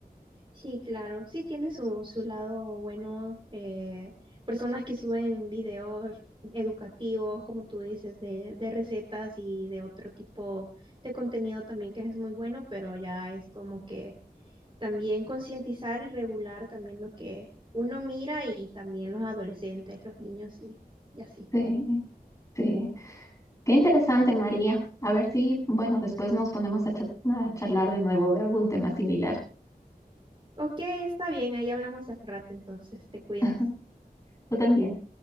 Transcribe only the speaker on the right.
Sí, claro. Sí, tiene su, su lado bueno. eh, personas que suben videos educativos, como tú dices, de, de recetas y de otro tipo de contenido también que es muy bueno, pero ya es como que también concientizar y regular también lo que uno mira y también los adolescentes, los niños y, y así.
Ok, está bien, ahí hablamos al rato, entonces te cuidas.